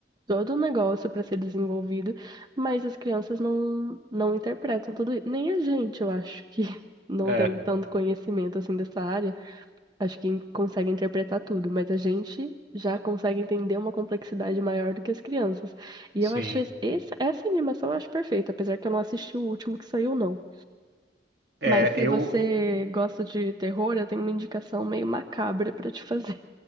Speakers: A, on the right; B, on the right.
A: todo um negócio para ser desenvolvido, mas as crianças não, não interpretam tudo isso. Nem a gente, eu acho que <laughs> não
B: é,
A: tem tanto conhecimento assim dessa área, acho que consegue interpretar tudo, mas a gente já consegue entender uma complexidade maior do que as crianças. E
B: sim.
A: eu achei esse- essa animação eu acho perfeita, apesar que eu não assisti o último que saiu, não.
B: É,
A: Mas se
B: eu.
A: você gosta de terror, eu tenho uma indicação meio macabra pra te fazer.